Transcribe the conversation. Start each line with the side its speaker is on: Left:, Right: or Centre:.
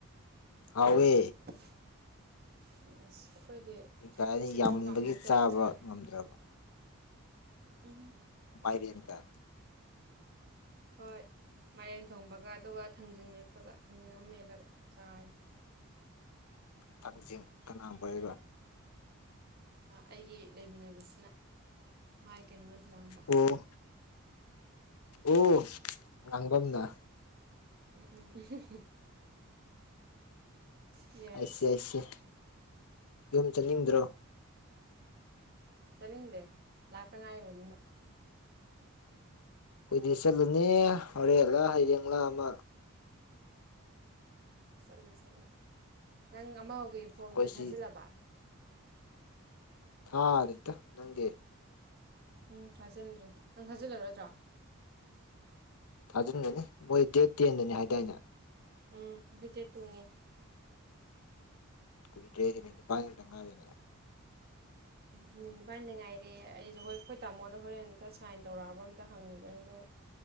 Left: ꯐꯋꯦ
Right: ꯑꯩꯈꯣꯏꯗꯤ
Left: ꯀꯅꯤ
Right: ꯁꯦꯕꯣꯠ
Left: ꯌꯥꯝꯃꯟꯕꯒꯤ
Right: ꯀꯥꯡꯍꯧ
Left: ꯆꯥꯕ
Right: ꯇꯧꯔ ꯆꯥꯔꯦ
Left: ꯉꯝꯗ꯭ꯔꯕ
Right: ꯑ
Left: ꯃꯥꯏꯔꯤꯟ ꯀ
Right: ꯍꯣꯏ ꯃꯔꯦꯟ ꯊꯣꯡꯕꯒ ꯑꯗꯨꯒ ꯊꯥꯡꯖꯤꯡ ꯃꯦꯠꯄꯒ ꯊꯥꯡꯖꯤꯡ ꯑꯃ ꯃꯦꯠꯂꯒ ꯆꯥꯔꯦ
Left: ꯊꯥꯡꯖꯤꯡ ꯀꯅꯥꯕ ꯂꯩꯕ
Right: ꯑꯩꯒꯤ ꯂꯩꯃꯤꯟꯅꯕꯁꯤꯅ ꯃꯥꯏ ꯀꯩꯅꯣꯅ ꯊꯤꯜꯍꯟꯥꯟꯕ
Left: ꯑꯣ ꯑꯣ ꯉꯥꯡꯐꯝꯝꯅ
Right: ꯎꯝ ꯎꯝ ꯌꯦꯁ
Left: ꯑꯩꯁ ꯑꯩꯁ ꯌꯨꯝ ꯆꯅꯤꯡꯗ꯭ꯔꯣ
Right: ꯆꯠꯅꯤꯡꯗꯦ ꯂꯥꯛꯇ ꯉꯥꯏꯔꯕꯅꯤꯅ
Left: ꯀꯨꯏꯗꯤ ꯆꯠꯂꯨꯅꯦ ꯍꯣꯔꯦꯟꯂꯥ ꯍꯔꯡꯂꯡꯂꯥ ꯑꯃ
Right: ꯆꯠꯂꯨ ꯆꯠꯂꯨ ꯅꯪ ꯑꯃꯒ
Left: ꯑꯩꯈꯣꯏꯁꯤ
Right: ꯐꯣꯟꯗꯨ ꯊꯥꯖꯤꯜꯂꯕ
Left: ꯊꯥ ꯑꯔꯤꯠꯇ ꯅꯪꯦ
Right: ꯎꯝ ꯊꯥꯖꯤꯟꯗ꯭ꯔꯦ ꯅꯪ ꯊꯥꯖꯤꯜꯂꯔꯣꯏꯗ꯭ꯔꯣ
Left: ꯊꯥꯖꯤꯟꯗꯨꯅꯤ ꯃꯣꯏ ꯗꯦꯠ ꯇꯦꯟꯗꯅꯤ ꯍꯥꯏꯗꯥꯏꯅꯦ
Right: ꯎꯝ ꯍꯖꯦ ꯇꯨꯅꯤ
Left: ꯀꯨꯏꯗ꯭ꯔꯦ ꯅꯨꯃꯤꯠ ꯅꯤꯄꯥꯟ ꯅꯨꯃꯤꯠꯇꯪ ꯉꯥꯏꯕꯅꯦ
Right: ꯅꯨꯃꯤꯠ ꯅꯤꯄꯥꯟꯗ ꯉꯥꯏꯔꯦ ꯑꯩꯁꯨ ꯍꯣꯏ ꯍꯈꯣꯏ ꯇꯥꯃꯣꯗ ꯍꯣꯔꯦꯟ ꯇꯁꯦ ꯁꯥꯏꯟ ꯇꯧꯔꯛꯑꯕ ꯑꯝꯇ ꯍꯪꯉꯨꯗꯣꯏꯅꯤ ꯑꯗꯣ